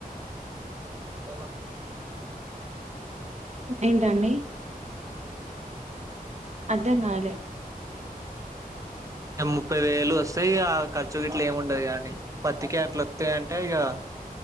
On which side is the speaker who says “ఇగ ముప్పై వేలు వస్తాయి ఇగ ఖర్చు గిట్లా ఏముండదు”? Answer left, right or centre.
Right